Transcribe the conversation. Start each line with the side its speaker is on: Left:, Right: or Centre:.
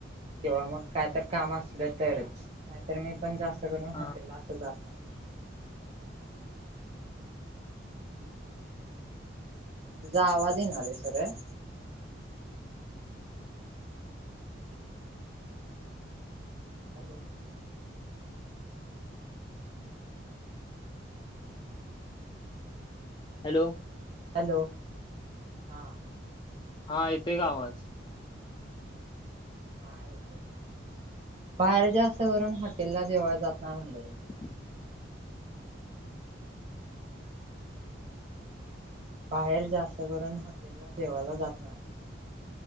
Right: किंवा मग काय तर काम असलं तरच नाहीतर मी पण जास्त करून
Left: हा
Right: हॉटेल ला असं जात नाही तुझा आवाज येणार आहे सर आहे हॅलो
Left: हॅलो,,
Right: हॅलो,,, हां.
Left: हा येते का आवाज
Right: हा येतय बाहेर जास्त करून हॉटेल ला जेवाय जात नाही म्हणलं रे मी
Left: ह,
Right: बाहेर जास्त करून हॉटेलला जेवायला जात नाही.